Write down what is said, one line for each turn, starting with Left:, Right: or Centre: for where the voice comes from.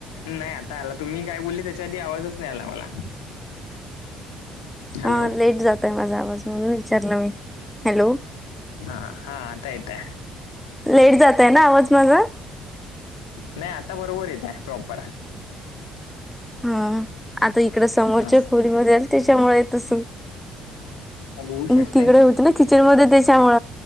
Left: नाय आता आला तुम्ही काय बोलले त्याच्या आधी आवाजच नाय आला मला. हॅलो
Centre: हा लेट जातोय माझा आवाज म्हणून विचारलं मी हॅलो
Left: हा हा आता येतय.
Centre: लेट जातय ना आवाज माझा
Left: नाय आता बरोबर येतय प्रॉपर
Centre: हा आता इकड समोरच्या
Left: अस
Centre: खोलीमध्ये आली त्याच्यामुळ येत असल.
Left: होऊ शकते
Centre: मी तिकड होती ना किचन मध्ये त्यांच्यामुळ